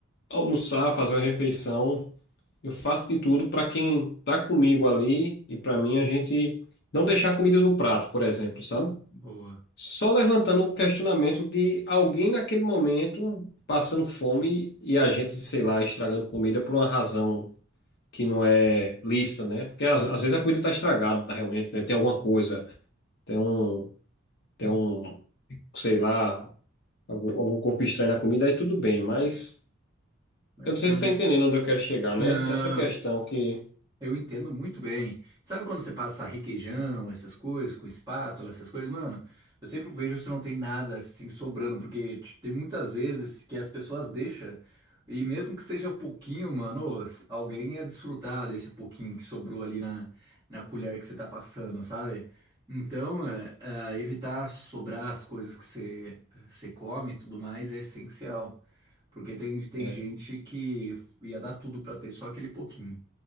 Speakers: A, on the left (about 50°); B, on the right (about 20°).
A: almoçar, fazer uma refeição. Eu faço de tudo para quem tá comigo ali e para mim a gente não deixar a comida no prato, por exemplo, sabe?
B: boa.
A: Só levantando o questionamento de alguém naquele momento passando fome e a gente, sei lá, estragando comida por uma razão que não é lícita, né? Porque às, às vezes a comida tá estragada realmente, né? Tem alguma coisa, tem um, tem
B: Uhum.
A: um, sei lá, algum, algum corpo estranho na comida, aí tudo bem, mas.
B: Mas
A: Eu não sei
B: tirando
A: se está
B: isso.
A: entendendo onde eu quero chegar,
B: Não,
A: né? Essa questão que.
B: Eu entendo muito bem. Sabe quando você passa requeijão, essas coisas, com espátula, essas coisas, mano? Eu sempre vejo se não tem nada assim sobrando, porque t- tem muitas vezes que as pessoas deixam, e mesmo que seja pouquinho, mano, ô, s- alguém ia desfrutar desse pouquinho que sobrou ali na, na colher que você tá passando, sabe? Então, é, é, evitar sobrar as coisas que você, você come e tudo mais é essencial. Porque tem, tem
A: é,
B: gente que ia dar tudo pra ter só aquele pouquinho